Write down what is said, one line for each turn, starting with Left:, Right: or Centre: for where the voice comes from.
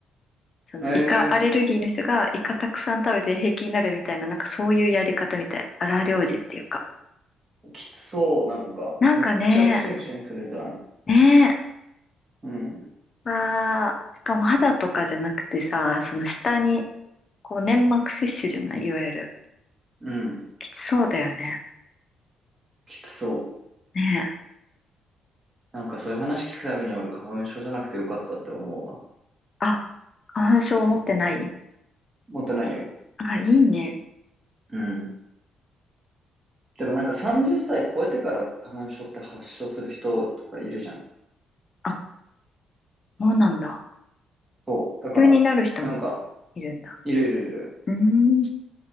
Left: その、
Right: ええ
Left: イカアレルギーの人が、イカたくさん食べて平気になるみたいな、なんかそういうやり方みたい。荒療治っていうか。
Right: きつそう。なんか、
Left: なんかね、
Right: めっちゃクシュンクシュンするじゃん。
Left: ね
Right: うん。
Left: え、わあ、しかも肌とかじゃなくてさ、その下に、こう、粘膜摂取じゃない、いわゆる。
Right: うん。
Left: きつそうだよね。
Right: きつそう。
Left: ねえ。
Right: なんかそういう話聞くたびに俺花粉症じゃなくてよかったって思うわ。
Left: あ、花粉症持ってない
Right: 持ってないよ。
Left: あ、いいね。
Right: うん。でもなんか30歳超えてから花粉症って発症する人とかいるじゃん。
Left: あ、そうなんだ。
Right: そう。だから、
Left: 急になる人も
Right: なんか、
Left: いるんだ。
Right: いるいるいる。
Left: うーん。